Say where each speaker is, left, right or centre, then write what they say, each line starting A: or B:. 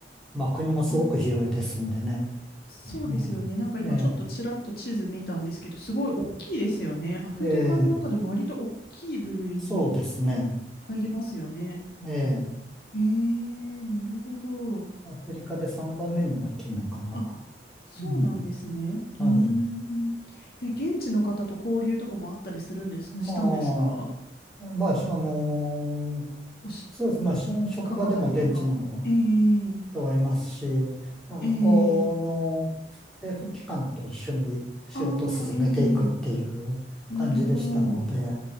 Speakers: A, in the centre; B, on the left.
A: まあ国もすごく広いですんでね。
B: なん、そうですよね。
A: うんえ
B: なんか今ちょっとちらっと地図見たんですけど、すごい大きいですよね。アフリカの中でも割と大きい部類に
A: え、ええ、そうですね。
B: 入りますよね。
A: ええ、
B: ええなるほど。
A: アフリカで3番目に大きいのかな。
B: あそうなんですね。
A: うん、はい。
B: うーん。え、現地の方と交流とかもあったりするんです、
A: ま
B: したんですか
A: あ、まあ、しあのー
B: おし、
A: そうです。まあ、し職場でも現地の
B: 関わりとか。ええ
A: 人はいますし、まあ、向こうの政府機関と一緒に仕事を進めていくっていう感じでしたので、
B: ええああー、ええなるほど。